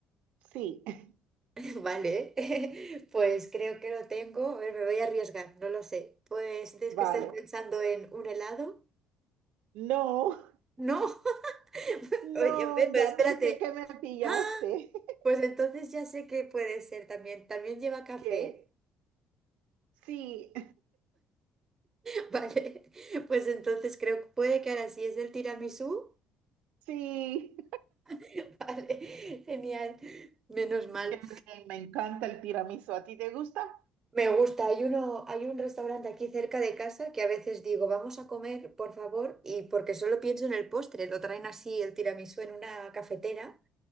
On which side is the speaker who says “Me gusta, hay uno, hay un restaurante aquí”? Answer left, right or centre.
Right